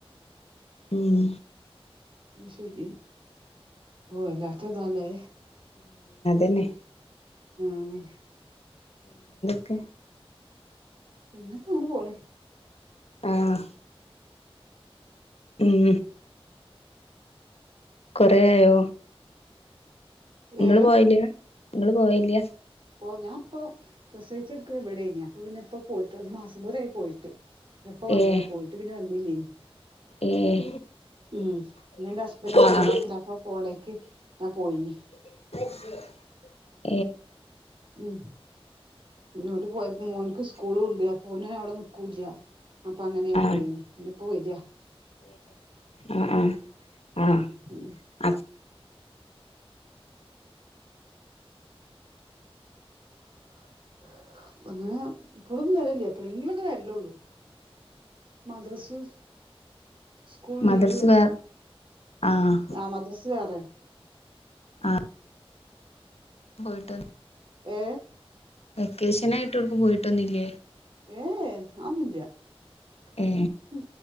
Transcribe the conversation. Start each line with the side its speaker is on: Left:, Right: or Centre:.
Left: ഉം
Right: അയ് ശരി വല്ലാത്തതാല്ലേ
Left: ന്നെ
Right: ആഹ്
Left: ക്കെ
Right: പിന്നക്കെങ്ങനെ പോണ്
Left: ആഹ് ഉം കൊറേ ആയോ ഇങ്ങള്
Right: ഏ
Left: പോയില്ല് ഇങ്ങള് പോവേല്ല
Right: ഓഹ് ഞാൻ ഇപ്പോ പ്രസവിച്ച്ട്ക്ക് ഇവിടെനി അപ്പൊ പിന്നെ ഇപ്പോ പോയിട്ട് ഒരു മാസം പോരും ആയി പോയിട്ട് ഇപ്പ വന്നതാ
Left: ഏഹ്
Right: പോയിട്ട് പിന്നെ വന്നില്ലേനി
Left: ഏഹ്
Right: ഉം പിന്നെൻ്റെ ഹസ്ബെൻ്റ്
Left: ആഹ്
Right: ഗുജറാത്തില അപ്പ പോണേക്ക് ഞാൻ പോയിനി
Left: <inaudible>
Right: ഉം ഓല് പോയപ്പോ മോൻക്ക് സ്കൂളുംണ്ട് അപ്പ് ഓന് അവടെ നിക്കൂല്ല അപ്പൊ അങ്ങനെ ഞാൻ
Left: ആഹ്
Right: പോയിനി പിന്നെപ്പ വെര
Left: ആ ആ ആ
Right: ഉം
Left: അ
Right: <inaudible> അങ്ങനെ പ്പളൊന്നും വെരല്ല എപ്പളെങ്കിലൊക്കെ വെരലൊള്ളു മദ്രസ് സ്കൂൾ ലീവ്ള്ളപ്പോ
Left: മദർസ് വേ ആഹ്
Right: ആ മദ്രസ് വേറെ
Left: ആ പോയിട്ട്
Right: ഏ
Left: വെക്കേഷനായിട്ടൊന്നും പോയിട്ടൊന്നുല്ല
Right: ഏ ഏ ആന്നൊല്ല
Left: ഏ
Right: ഉം